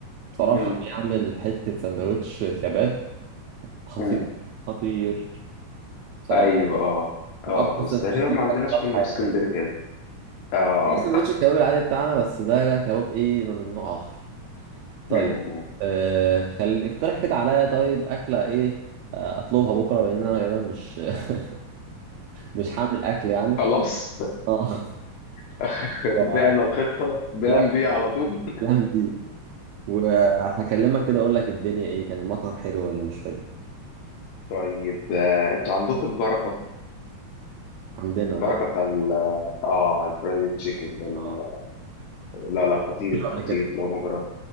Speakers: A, on the right (about 75°); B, on the left (about 80°).
A: بصراحه
B: أمم،
A: بيعمل حته سندوتش كباب خطير
B: أمم.
A: خطير بصراحه
B: ايوه اه اه
A: من اقوى السندوتشات
B: بس تقريبا
A: اللي
B: ما عندناش
A: جربتها
B: منه
A: في حياتي
B: في اسكندريه ده اه
A: في سندوتش الكباب العادي بتاعنا بس ده بقى كباب ايه نوع- من نوع اخر طيب
B: م- م.
A: آه خل اقترح كده عليا طيب اكله ايه آه، اطلبها بكره لان انا غالبا مش <laughs> مش هعمل اكل يعني
B: خلاص
A: اه
B: <laughs>
A: و...
B: بعنا الخطه بلان
A: اه
B: بي على طول
A: الأيام دي وهكلمك كده اقول لك الدنيا ايه كان المطعم حلو ولا مش حلو
B: طيب آه، انتوا عندكم البركه
A: عندنا
B: البركه
A: البقى
B: بتاع ال اه الفرايد تشيكن ده ال-
A: اه
B: لا لا خطير
A: مش قبل
B: خطير
A: كده
B: لو ما جربت